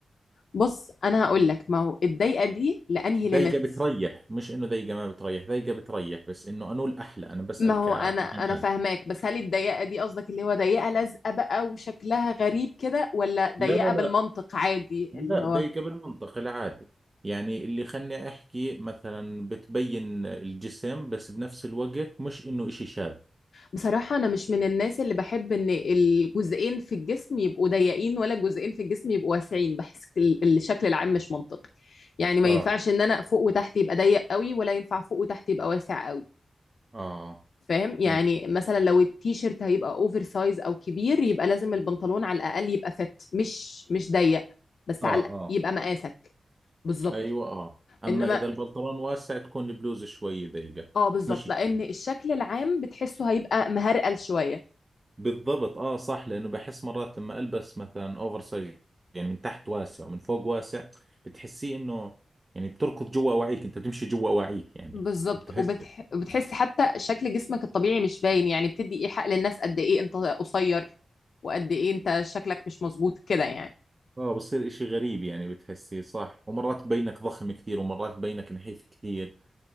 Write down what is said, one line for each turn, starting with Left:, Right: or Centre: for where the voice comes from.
Left: بص انا هقول لك ما هو الضيقة دي لانهي ليميت
Right: ضيقة بتريح مش انه ضيقة ما بتريح ضيقة بتريح بس انه انو الاحلى انا بسأل
Left: ما هو
Right: كجمال
Left: انا انا فاهماك بس هل الضيقة دي قصدك اللي هو ضيقة لازقة بقى وشكلها غريب كده ولا
Right: لا
Left: ضيقة
Right: لا
Left: بالمنطق
Right: لا
Left: عادي
Right: لا
Left: اللي هو
Right: ضيقة بالمنطق العادي يعني اللي خلني أحكي مثلا بتبين الجسم بس بنفس الوقت مش إنه إشي شاذ
Left: بصراحة أنا مش من الناس اللي بحب إن الجزئين في الجسم يبقوا ضيقين ولا الجزئين في الجسم يبقوا واسعين بحس ال- الشكل العام مش منطقي يعني ما
Right: اه
Left: ينفعش إن أنا فوق وتحت يبقى ضيق قوي ولا ينفع فوق وتحت يبقى واسع قوي
Right: آه
Left: فاهم يعني
Right: فهمت
Left: مثلا لو التيشيرت هيبقى أوفر سايز أو كبير يبقى لازم البنطلون على الأقل يبقى فت مش مش ضيق بس
Right: آه
Left: على الأقل
Right: آه
Left: يبقى مقاسك بالظبط
Right: أيوة آه أما
Left: إنما
Right: إذا البنطلون واسع تكون البلوزة شوي ضيقة
Left: آه بالظبط
Right: مش كتير
Left: لأن الشكل العام بتحسه هيبقى مهرقل شوية
Right: بالضبط آه صح لأنه بحس مرات لما ألبس مثلا أوفر سايز يعني من تحت واسع ومن فوق واسع بتحسيه إنه يعني بتركض جوا أواعيك أنت بتمشي جوا أواعيك يعني
Left: بالضبط
Right: بتحس
Left: وبتح... وبتحسي حتى شكل جسمك الطبيعي مش باين يعني بتدي ايحاء للناس قد ايه انت قصير وقد ايه انت شكلك مش مظبوط كده يعني
Right: اه بصير اشي غريب يعني بتحسيه صح ومرات بينك ضخم كثير ومرات بينك نحيف كثير